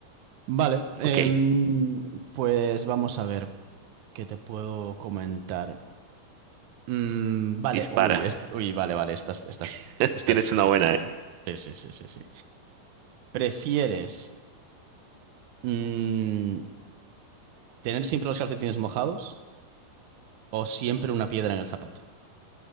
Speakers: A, on the right (about 70°); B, on the right (about 85°).
A: Vale, em,
B: Ok,
A: pues vamos a ver. ¿Qué te puedo comentar? Mm, vale,
B: dispara.
A: uy, es- uy, vale, vale, esta, es- esta, es-
B: <laughs>
A: esta
B: Tienes
A: es dificilita.
B: una buena, ¿eh?
A: Sí, sí, sí, sí, sí. ¿Prefieres mm, tener siempre los calcetines mojados o siempre una piedra en el zapato?